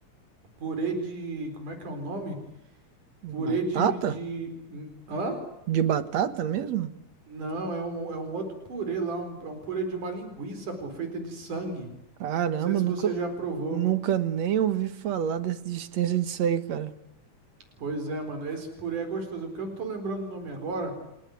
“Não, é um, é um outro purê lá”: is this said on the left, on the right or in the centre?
Right